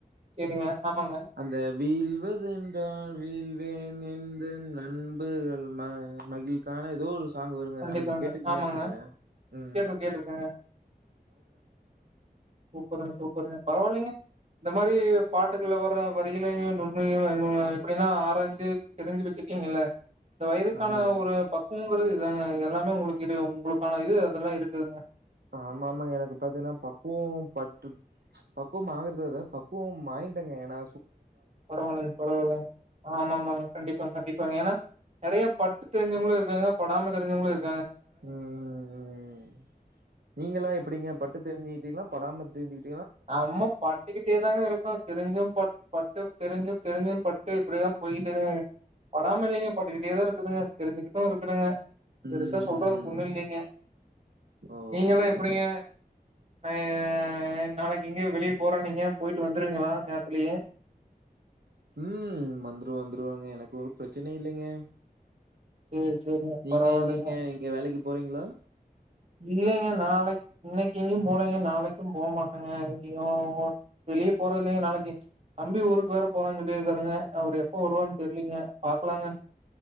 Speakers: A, on the right; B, on the right.
A: சரிங்க. ஆமாங்க.
B: அந்த வீழ்வது என்றால் வீழ் பேரன்பு நண்புகள் மகிழ்கான ஏதோ சாங்க வருங்க
A: கண்டிப்பாங்க.
B: நான் நீங்க கேட்டுக்கீங்களானு
A: ஆமாங்க.
B: தெர்ல உம்
A: கேட்டுரு கேட்டுருக்கேங்க. சூப்பருங்க சூப்பருங்க பரவாயில்லங்க இந்த மாரி பாட்டுகள்லவர்ற வரிகலையும் நுண்ணையும் எப்டின்னா ஆராஞ்சு தெரிஞ்சு வச்சிருக்கீங்கல்ல இந்த வயதுக்கான
B: ஆமாமா.
A: ஒரு பக்குவங்கிறது இதாங்க எல்லாமே உங்களுக்கு உங்களுக்கான இது அதெல்லாம் இருக்குதுங்க
B: ஆமா ஆமாங்க எனக்கு பாத்தீங்கன்னா பக்குவம் பட்டு பக்குவம் ஆகுறத பக்குவம் ஆய்டேங்க ஏனா
A: பரவாலங்க பரவாலங்க ஆமா ஆமாங்க கண்டிப்பாங்க கண்டிப்பாங்க ஏன்னா நறைய பட்டு தெரிஞ்சவுங்களும் இருக்காங்க படாம தெரிஞ்சவுகளும் இருக்
B: உம் உ நீங்கல்லாம் எப்டிங்க பட்டு தெரிஞ்சுக்கிட்டீங்களா படாம தெரிஞ்சுகிட்
A: நம்ம பட்டுக்கிட்டே தாங்க இருக்கும் தெரிஞ்சும் ப பட்டு தெரிஞ்சு தெரிஞ்சும் பட்டு இப்டிதாம் போயிட்டுது படாம இல்லைங்க பட்டுக்கிட்டே தான் இருக்குதுங்க தெரிஞ்சுகிட்டும் இருக்குறங்க
B: ம்.
A: பெருசா சொல்றதுக்கு ஒண்ணும் இல்லைங்க
B: ஓகேங்க.
A: நீங்கல்லாம் எப்டிங்க <unintelligible> நாளைக்கு எங்யோ வெளியே போறன்னீங்க போய்டு வந்துருவீங்ளா நேரத்திலே
B: உம் வந்துரு வந்துருவங்க எனக்கு ஒரு பிரச்சனையும் இல்லைங்க
A: சேரி சேரிங்க
B: நீங்க
A: பரவாயில்லைங்க
B: இங்கங்க இங்க வேலைக்கு போறீங்களா
A: இல்லைங்க நாளைக்கு இன்னைக்கு எங்கயும் போலங்க நாளைக்கும் போக மாட்டேங்க எங்கையும் வெளியே போறது இல்லைங்க நாளைக்கு தம்பி ஊருக்கு வேற போறு சொல்லிருக்காருங்க அவரு எப்ப வருவான்னு தெரியலீங்க பாக்கலாங்க